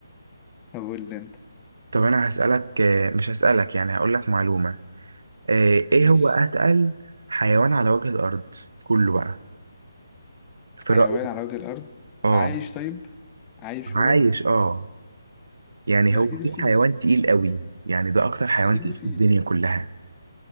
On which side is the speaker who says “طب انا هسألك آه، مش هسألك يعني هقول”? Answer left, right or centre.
Right